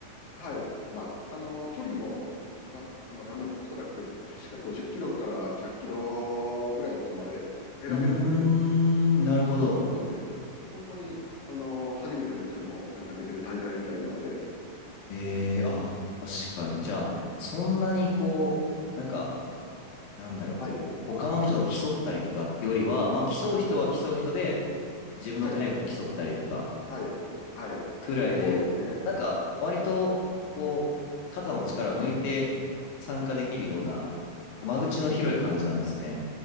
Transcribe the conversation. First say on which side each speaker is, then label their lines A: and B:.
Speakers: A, on the left (about 50°); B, on the left (about 75°).
A: はい。まあ、あの、距離も、な、あの、多分、おそらく、確か50キロから100キロぐらいとかまで選べるので、
B: うーん、なるほど。
A: なので、本当に、あの、初めての人でも、なんか出れる大会みたいなので、
B: ええあ、確かに。じゃあ、そんなにこう、なんか、なんだろう、
A: はい、
B: こう、他の人と競ったりとかってよりは、まあ、競う人は競う人で、自分のタイムと競ったりとか、
A: はい、はい、はい。
B: くらいで、
A: そうですね。
B: なんか、割と、こう、肩の力を抜いて参加できるような、間口の広い感じなんですね。